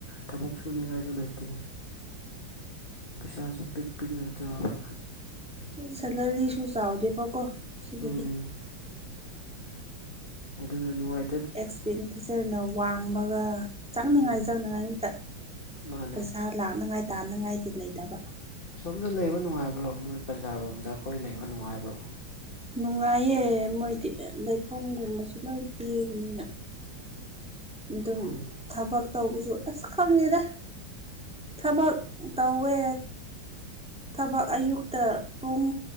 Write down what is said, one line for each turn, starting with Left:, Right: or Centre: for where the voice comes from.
Left: ꯊꯕꯛ ꯁꯨꯅꯤꯡꯉꯥꯏ ꯨ ꯁꯨ ꯂꯩꯇꯦ ꯄꯩꯁꯥꯁꯨ ꯄꯤꯛ ꯄꯤꯛꯅ ꯆꯥꯕ
Centre: ꯁꯦꯜꯂꯔꯤꯁꯨ ꯆꯥꯎꯗꯦꯕꯀꯣ ꯁꯤꯗꯗꯤ
Left: ꯎꯝ ꯑꯗꯨꯅ ꯅꯨꯡꯉꯥꯏ
Centre: ꯑꯦꯛꯁꯄꯦꯟꯗꯤꯆꯔꯅ ꯋꯥꯡꯕꯒ ꯆꯪꯅꯤꯡꯉꯥꯏ
Left: ꯎꯝ
Centre: ꯆꯪꯅꯤꯡꯉꯥꯏ ꯉꯥꯛꯇ
Left: ꯃꯥꯅꯦ
Centre: ꯄꯩꯁꯥ ꯂꯥꯛꯅꯉꯥꯏ ꯇꯥꯟꯅꯉꯥꯏꯗꯤ ꯂꯩꯇꯕ
Left: ꯑꯁꯣꯝꯗ ꯂꯩꯕ ꯅꯨꯡꯉꯥꯏꯕ꯭ꯔꯣ ꯃꯣꯏ ꯄꯟꯖꯥꯔꯣꯝꯗ ꯑꯈꯣꯏ ꯂꯩꯕ ꯅꯨꯡꯉꯥꯏꯕ꯭ꯔꯣ
Centre: ꯅꯨꯡꯉꯥꯏꯌꯦ ꯃꯣꯏꯗꯤ ꯂꯩꯐꯝꯒꯨꯝꯕꯁꯨ ꯂꯣꯏ ꯄꯤꯕꯅꯤꯅ ꯑꯗꯨꯝ
Left: ꯎꯝ
Centre: ꯊꯕꯛ ꯇꯧꯕꯁꯨ ꯑꯁ ꯈꯪꯗꯦꯗ ꯊꯕꯛ ꯇꯧꯋꯦ ꯊꯕꯛ ꯑꯌꯨꯛꯇ ꯄꯨꯡ